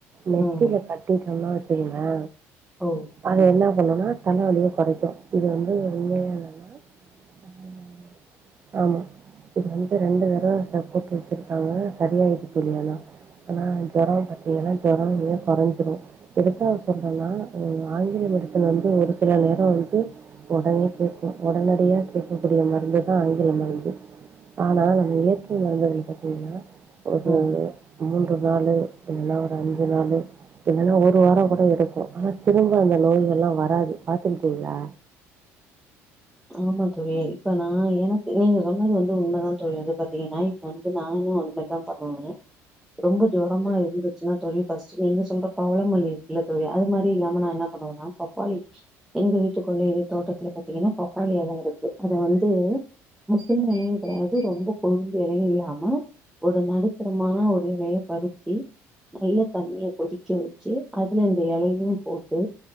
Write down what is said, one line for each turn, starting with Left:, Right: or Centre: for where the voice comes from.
Right: நெத்தில
Centre: ம்
Right: கட்டிட்டன்னா வெச்சிக்கிங்ளே
Centre: ஓ
Right: அது என்ன பண்ணுனா தலவலிய கொறைக்கு இது வந்து உண்மையா என்னன்னா ம் ஆமா இது வந்துட்டு ரெண்டு தட ச போட்டு வெச்சிரு காங்க சரியாயிட்டு தோழி ஆனா அந்த ஜொரொ பாத்தீங்கன்னா ஜொரொ நல்லா கொறஞ்சிது எதுக்காக சொல்றேன்னா ம் ஆங்கில மெடிசன் வந்து ஒரு சில நேரோ வந்து ஒடனே கேக்கு ஒடனடியா கேக்கக்கூடிய மருந்து தா ஆங்கில மருந்து ஆனா நம் இயற்கை மருந்துகள் பாத்தீங்கன்னா ஒரு
Centre: ம்
Right: மூன்று நாளு இல்லன்னா ஒரு அஞ்சு நாளு இல்லன்னா ஒரு வாரோ கூட இருக்கு ஆனா திரும்ப அந்த நோயெல்லா வராது பாத்துருக்கீங்ளா
Centre: ஆமா தோழி இப்ப நா எனக்கு நீங்க சொன்னது வந்து உண்மதா தோழி வந்து பாத்தீங்கன்னா இ ப்ப வந்து நானு அந்மார்தா பண்ணுவ ரொம்ப ஜொரமா இருந்துச்சுன்னா தோழி பஸ்ட் நீங்க சொல்ற பவளமல்லி இருக்குல தோழி அது மாரி இல்லாம நா என்ன பண்ணுவேன்னா பப்பாளி எங்க வீட்டுக்குள்ளயேவே தோட்டத்துல பாத்தீங்கன்னா பப்பாளி எல இருக்கு அத வந்து முத்துன எலையு கெடையாது ரொம்ப கொழுந்து எலையு இல்லாம ஒரு நடுத்தரமான ஒரு எலய பறிச்சி நல்லா தண்ணிய கொதிக்க வெச்சு அதுல இந்த எலையு போட்டு